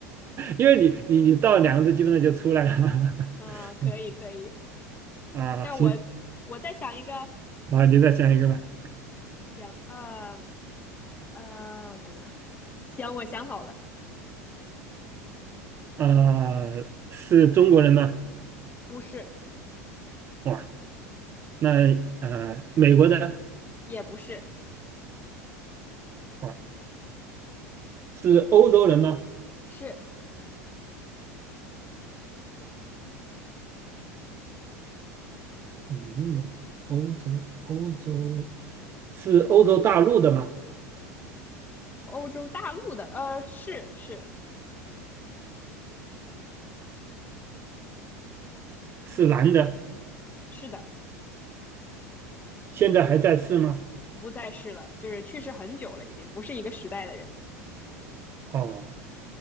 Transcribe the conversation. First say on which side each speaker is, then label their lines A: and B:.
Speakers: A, on the right; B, on the left.
A: 因为你你你到两个字基本上就出来了。
B: <laughs> 嗯，可以可以。
A: <laughs> 啊，
B: 那我我再想一个，
A: 行，啊，你再想一个吧。
B: 行，呃呃，我想想啊，行，我想好了，
A: 啊，是中国人吗？
B: 不是，
A: 哇，那呃，美国的，
B: 也不是，
A: 哇，是欧洲人吗？
B: 是
A: 名人，欧洲，欧洲，是欧洲大陆的吗？
B: 欧洲大陆的，呃，是是
A: 是男的，
B: 是的，
A: 现在还在世吗？
B: 不再是了，就是去世很久了，已经不是一个时代的人。
A: 哦，